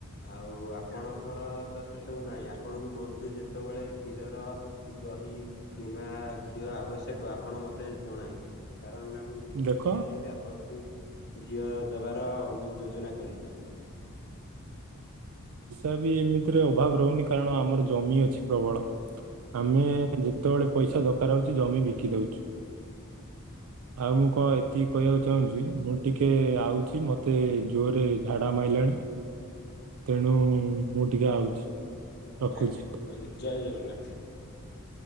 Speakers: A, on the left (about 45°); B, on the right (about 70°).
A: ଆଉ ଆ ଆପଣଙ୍କର ତ ସେସବୁ ନାହିଁ ଆପଣଙ୍କୁ ବନ୍ଧୁ ଯେତେବେଳେ କ୍ଷୀରର ଦହି କି କିମ୍ବା ବା ଘିଅ ଆବଶ୍ୟକ ଆପଣ ମତେ ଜଣାଇବେ କାରଣ ନା ମୁଁ ଯେମିତି
B: ଦେଖ
A: ହେଲେ ବି ଆପଣଙ୍କୁ ଘିଅ ଦେବାର ଯୋଜନା କରିବି
B: ଏବି ଏମିତିରେ ଅଭାବ ରହୁନି କାରଣ ଆମର ଜମି ଅଛି ପ୍ରବଳ। ଆମେ ଯେତେବେଳେ ପଇସା ଦ କାର ହଉଛି ଜମି ବିକି ଦୋଉଛୁ <inaudible> ଆଉ ମୁଁ କଣ ଏତିକି କହିବାକୁ ଚାହୁଁଛି ମୁଁ ଟିକେ ଆଉଛି ମତେ ଜୋରରେ ଝାଡା ମାଇଲାଣି ତେଣୁ ମୁଁ ଟିକେ ଆଉଛି ରଖୁଛି।
A: ଆଜ୍ଞା ଜୟ ଜଗନ୍ନାଥ।
B: <inaudible>